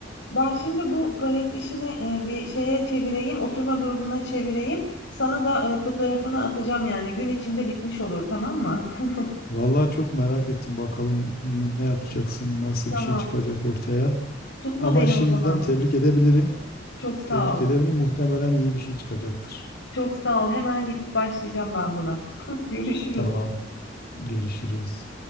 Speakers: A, on the left; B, on the left.
A: Ben şimdi bu palet işini, eee, bir şeye çevireyim, oturma grubuna çevireyim. Sana da, eee, fotoğrafını atacağım yani. Gün içinde bitmiş olur, tamam mı? <laughs>
B: Vallahi çok merak ettim bakalım ne yapacaksın, nasıl
A: Tamam.
B: bir şey çıkacak ortaya.
A: Tutma
B: Ama
A: beni
B: şimdiden
A: o zaman.
B: tebrik edebilirim.
A: Çok sağ
B: Tebrik
A: ol.
B: edebilirim. Muhtemelen iyi bir şey çıkacaktır.
A: Çok sağ ol. Hemen gidip başlayacağım ben buna. <laughs> Görüşürüz.
B: Tamam, görüşürüz.